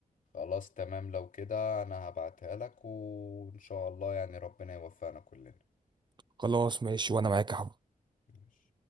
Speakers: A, on the left; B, on the right.
A: خلاص تمام لو كده انا هبعتها لك وان شاء الله يعني ربنا يوفقنا كلنا
B: خلاص ماشي وانا معاك يا حب
A: ماشي.